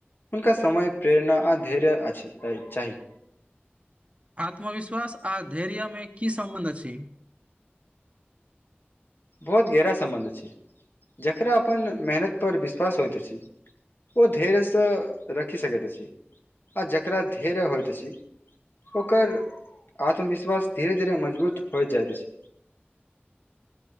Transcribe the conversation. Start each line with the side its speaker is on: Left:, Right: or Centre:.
Left: हुनका समय प्रेरणा आ धैर्य अछि ऐ चाही
Right: आत्मविश्वास आ धैर्य मे की सम्बन्ध अछि
Left: बहुत गहरा सम्बन्ध अछि जकरा अपन मेहनतपर विश्वास होइत अछि ओ धैर्यसँ रखि सकैत अछी आ जकरा धैर्य होयत अछी ओकर आत्मविश्वास धीरे धीरे मजबूत होई जाइत अछि